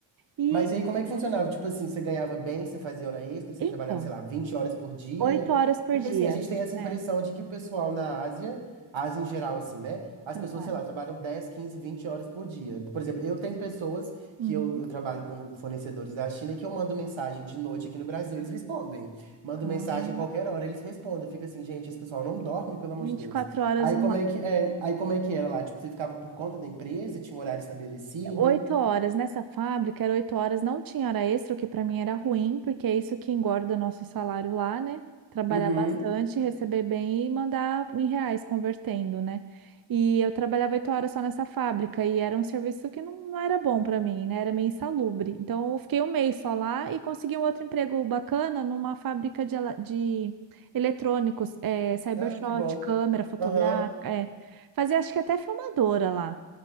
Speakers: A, on the right; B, on the right.
A: E
B: Mas e aí, como é que funcionava? Tipo assim, você ganhava bem, você fazia hora extra, você
A: então,
B: trabalhava, sei lá, 20 horas por dia?
A: oito horas por
B: Porque
A: dia.
B: assim, a gente tem essa impressão
A: É,
B: de que o pessoal na Ásia, Ásia em geral, assim, né? As
A: trabalho.
B: pessoas, sei lá, trabalham 10 15 20 horas por dia. Por exemplo, eu tenho pessoas
A: Uhum.
B: que eu, eu trabalho com fornecedores da China e que eu mando mensagem de noite aqui no Brasil, eles respondem. Mando
A: Ah,
B: mensagem a qualquer hora, eles respondem. Fica assim, gente, esse pessoal não dorme, pelo amor
A: vinte
B: de Deus.
A: e quatro horas
B: Aí como é que, é, aí como é que era lá? Tipo, você ficava por conta da empresa, tinha um horário estabelecido?
A: Oito horas nessa fábrica, era oito horas, não tinha hora extra, o que para mim era ruim, porque é isso que engorda o nosso salário lá, né? Trabalhar
B: Uhum.
A: bastante, receber bem e mandar em reais convertendo, né? E eu trabalhava oito horas só nessa fábrica e era um serviço que não, não era bom para mim, né? Era meio insalubre. Então eu fiquei um mês só lá e consegui um outro emprego bacana numa fábrica de, ela- de eletrônicos, é, cybershot,
B: Ah, que bom.
A: câmera fotográfica,
B: Aham.
A: é. Fazia acho que até filmadora lá.